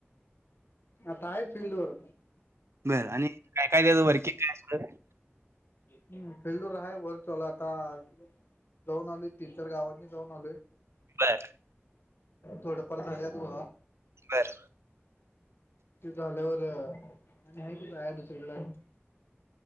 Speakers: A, on the left; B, on the right.
A: आता आहे फीलड वर
B: बरं आणि काय काय त्याचं वर्किंग काय सगं
A: हम्म फिल्डू राहाय वर चला आता जाऊन आले तीन चार गावांनी जाऊन आले
B: बर
A: थोडफार झालं तु
B: बर
A: झाल्यावर आणि हे कि आहे दुसरकड